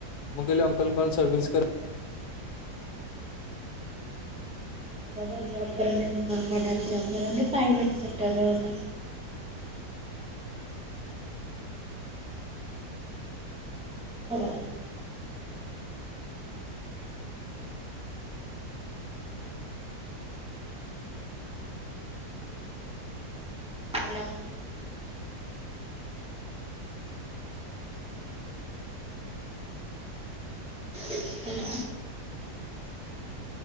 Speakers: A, on the left; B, in the centre.
A: ମୁଁ କହିଲି ଅଙ୍କଲ କଣ ସରଭିସ କର
B: ବାବା ଜବ କରନ୍ତି <unintelligible> ଜବ କରନ୍ତି ପ୍ରାଇଭେଟ ସେକ୍ଟରରେ ଗୋଟେ ହେଲା। ହାଲୋ ହାଲୋ